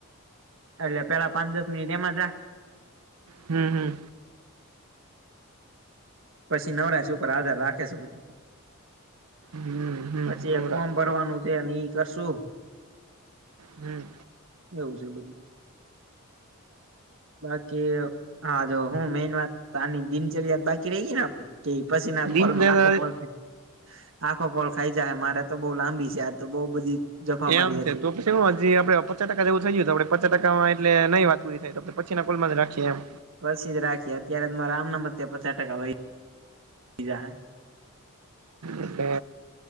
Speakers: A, on the right; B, on the right.
A: એટલે પેલા પાંચ દસ મિનિટ એમાં થ
B: હમ્મ હમ્મ
A: પછી નવરા છે ઉપર આધાર રાખે છે બધું
B: હમ હમ
A: પછી
B: હમ
A: એક ફોર્મ ભરવાનું
B: હમ
A: છે અને ઈ કરશુ
B: હમ્મ.
A: એવું છે બધું બાકી હા જો હું મેન વાતની દિનચર્યા બાકી રહી ગય ને આપડી કે પછી ના
B: દિનચર્યા
A: કોલમાં આખો કોલ છે. આખો કોલ ખાઈ જાય હ મારે તો બહુ લાંબી છે આજ તો બઉ બધી જફા મારી
B: એમ
A: હતી
B: છે તો પછી શું હજી આપડે પચાસ ટકા જેવું થાયયું તો આપણે પચાસ ટકામાં એટલે નહીં વાત પરી થાય તો આપ પછી ના કોલમાં જ રાખીએ એમ
A: પસીજ રાખીએ અત્યારે મારા આમના મ પચાસ ટકા વય જાહે
B: એટલે